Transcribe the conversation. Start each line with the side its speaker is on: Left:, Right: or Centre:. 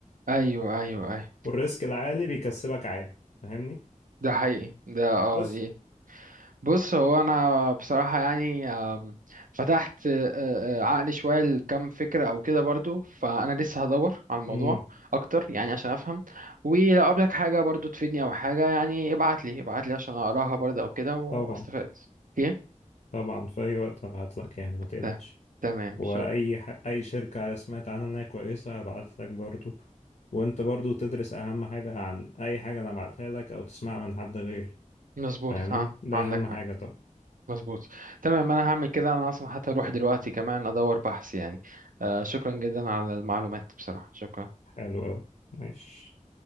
Right: ايوه ايوه ايوه
Left: والريسك العالي بيكسبك عالي فاهمني
Right: ده حقيقي ده اه
Left: بس
Right: دي بص هو انا بصراحه يعني آم، فتحت آه، آه، عقلي شويه لكم فكره او كده برضو فانا لسه هدور على الموضوع
Left: امم
Right: اكتر يعني عشان افهم ولو قابلك حاجه برضو تفيدني او حاجه يعني ابعت لي ابعت لي عشان اقراها برضو او كده واستفاد
Left: طبعا
Right: اوكي
Left: طبعا في أي وقت هبعت لك يعني ما تقلقش
Right: ت- تمام
Left: وأي
Right: شكرا
Left: ح... أي شركة سمعت عنها إنها كويسة هبعت لك برضو وأنت برضو تدرس أهم حاجة عن أي حاجة أنا بعتها لك أو تسمعها من حد غيري
Right: مظبوط
Left: فاهمني
Right: عن-
Left: ده
Right: عندك
Left: اهم
Right: حق
Left: حاجة طبعا
Right: مظبوط تمام انا هعمل كده انا اصلا حتى اروح دلوقتي كمان ادور بحث يعني آه، شكرا جدا على المعلومات بصراحه شكرا
Left: حلو قوي ماشي